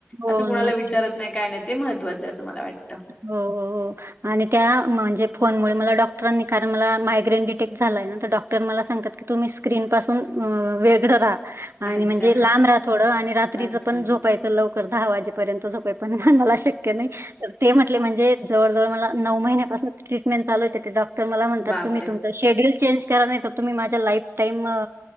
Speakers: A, on the right (about 55°); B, on the left (about 25°).
A: हो,
B: असं कुणाला
A: नक्की.
B: विचारत नाही, काय नाही, ते महत्त्वाचं आहे असं मला वाटतं.
A: हो. हो. हो. आणि त्या म्हणजे फोनमुळे, मला डॉक्टरांनी कारण मला मायग्रेन डीटेक्ट झालाय ना, डा मला सांगतात की, तुम्ही स्क्रीन पासून वेगळं राहा. आणि
B: अच्छा.
A: म्हणजे लांब राहा थोडं, आणि रात्रीचं
B: अच्छा.
A: पण झोपायचं लवकर, दहा वाजेपर्यंत झोपाय पण मला शक्य नाही. ते म्हटले म्हणजे, जवळजवळ मला नऊ महि्न्यापासून ट्रीटमेंट चालू आहे, ते डॉक्टर मला म्हणतात,
B: बापरे!
A: तुम्ही तुमचे शेड्यूल चेंज करा नाही तर, तुम्ही माझ्या लाईफ टाईम